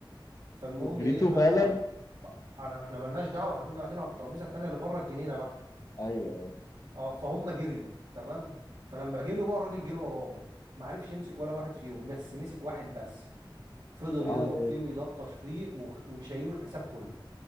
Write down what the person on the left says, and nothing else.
جريته
فعلا
أيوه
وعمل
إيه